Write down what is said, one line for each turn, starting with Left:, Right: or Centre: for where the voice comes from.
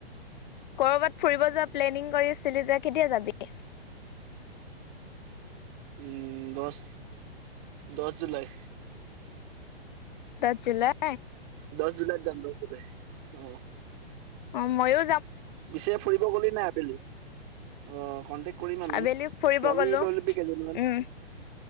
Left: কৰ'বাত ফুৰিব যোৱা প্লেনিং কৰি আচিলি যে কেতিয়া যাবি?
Right: উম দশ দশ জুলাই।
Left: দশ জুলাইত
Right: দশ জুলাইত যাম দশ জুলাই অ।
Left: অ ময়ো
Right: পিছে ফুৰিব গলি নে নাই আবেলি অ কণ্টেক কৰিম আমি
Left: আবেলি ফুৰিব
Right: ছোৱালী
Left: গলো
Right: লৈ ল'বি কেইজনমান।
Left: উম